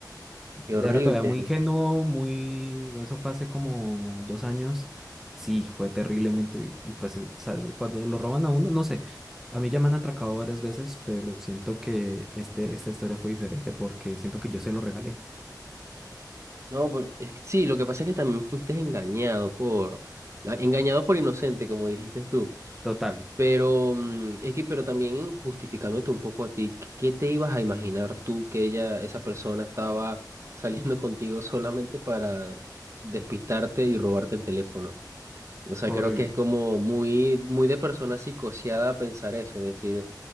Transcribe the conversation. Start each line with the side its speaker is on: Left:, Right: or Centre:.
Right: Qué
Centre: Era
Right: horrible.
Centre: todavía muy ingenuo, muy... bueno, Eso fue hace como dos años. Sí, fue terriblemente... Y pues, eh, ¿sabes? Cuando lo roban a uno, no sé. A mí ya me han atracado varias veces, pero siento que este, esta historia fue diferente porque siento que yo se lo regalé.
Right: No, pues es que sí, lo que pasa es que también fuiste engañado por, ah, engañado por inocente, como dijiste tú.
Centre: Total,
Right: Pero mm, es que, pero también justificándote un poco a ti, ¿qué te ibas a imaginar tú que ella, esa persona estaba saliendo <laughs> contigo solamente para despistarte y robarte el teléfono? O sea,
Centre: fue
Right: creo
Centre: horrible.
Right: que es como muy, muy de persona psicoseada pensar eso, es decir,